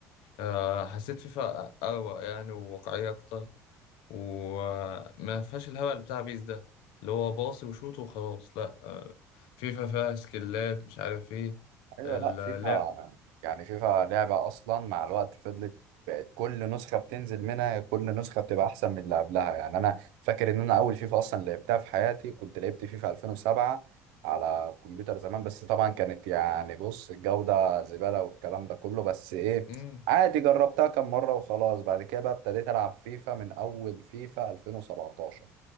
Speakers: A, on the left; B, on the right.
A: آه، حسيت فيفا أروق يعني وواقعية أكتر وما فيهاش الهبل بتاع بيس ده اللي هو باصي وشوط وخلاص لا آه، فيفا فيها سكيلات مش عارف ايه
B: ايوه
A: اللعب
B: لا فيفا يعني فيفا لعبه اصلا مع الوقت فضلت بقت كل نسخه بتنزل منها كل نسخه بتبقى احسن من اللي قبلها يعني انا فاكر ان انا اول فيفا اصلا لعبتها في حياتي كنت لعبت فيفا 2007 على كمبيوتر زمان بس طبعا كانت يعني بص الجوده زباله والكلام ده كله بس ايه
A: امم
B: عادي جربتها كم مره وخلاص بعد كده بقى ابتديت العب فيفا من اول فيفا 2017